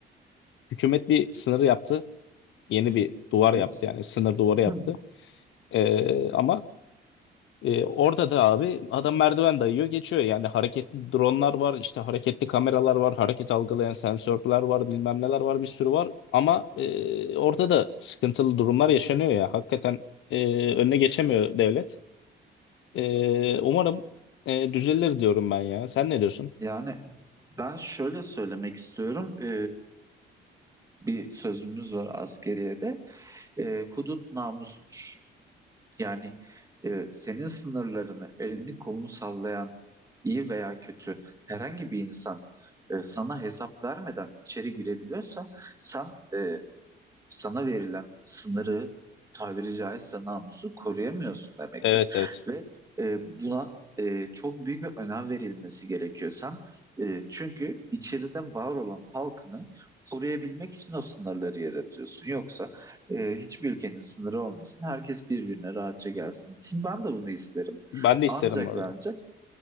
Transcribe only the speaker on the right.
Evet.
Hı.
Yani ben şöyle söylemek istiyorum. E, bir sözümüz var askeriyede. E, hudut namustur. Yani e, senin sınırlarını, elini kolunu sallayan iyi veya kötü herhangi bir insan e, sana hesap vermeden içeri girebiliyorsa sen e, sana verilen sınırı tabiri caizse namusu koruyamıyorsun demektir.
Ve e, buna e, çok büyük bir önem verilmesi gerekiyor. Sen e, çünkü içeride var olan halkını koruyabilmek için o sınırları yaratıyorsun. Yoksa e, hiçbir ülkenin sınırı olmasın. Herkes bir gününe rahatça gelsin gitsin. Ben de bunu isterim.
Ancak
ve ancak